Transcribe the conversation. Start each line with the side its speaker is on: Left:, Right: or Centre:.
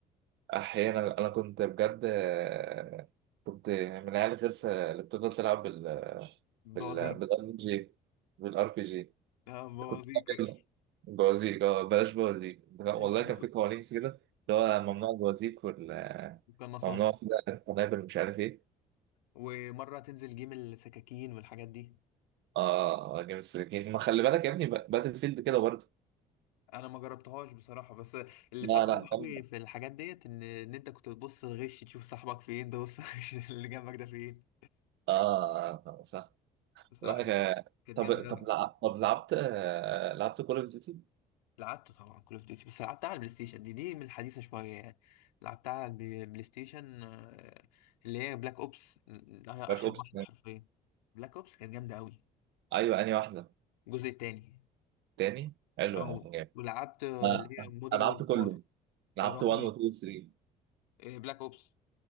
Right: احيانا انا كنت بجد آه، كنت من العيال الغلسه اللي بتفضل تلعب بال بال
Left: بوازيك
Right: بالار بي جي بالار بي جي
Left: اه بوازيك
Right: كنت بتعمل
Left: <laughs>
Right: بوازيك اه بلاش بوازيك لا، والله
Left: بالظبط
Right: كان في قوانين كده اللي هو ممنوع البوازيك وممنوع
Left: وقناصات
Right: كده القنابل مش عارف ايه
Left: ومره تنزل جيم السكاكين والحاجات دي
Right: اه آه، جيم السكين ما خلي بالك يا ابني ب- باتل فيلد كده برضه
Left: انا ما جربتهاش بصراحه بس اللي
Right: لا
Left: فاكره
Right: لا
Left: قوي
Right: جامدة
Left: في الحاجات ديت ان ان انت كنت بتبص الغش تشوف صاحبك فين تبص الغش <laughs> اللي جنبك ده فين
Right: اه صح
Left: بصراحه
Right: لا
Left: كانت
Right: ك-
Left: كانت
Right: طب
Left: جامده
Right: طب
Left: قوي
Right: لع- طب لعبت آه، لعبت كول اوف ديوتي
Left: لعبت طبعا كول اوف ديوتي بس لعبتها على البلاي ستيشن دي دي من الحديثه شويه يعني لعبتها على البلاي بلاي ستيشن آه، اللي هي بلاك اوبس هي اشهر
Right: باك اوبس
Left: واحده حرفيا بلاك اوبس كانت جامده قوي
Right: ايوه انهي واحده
Left: الجزء التاني
Right: تاني حلو
Left: اه
Right: يا عم جامد
Left: ولعبت آه،
Right: ما-
Left: اللي هي مودرن
Right: انا لعبت كله
Left: وورفير
Right: لعبت
Left: يا راجل
Right: 1 و 2 و 3
Left: آه، بلاك اوبس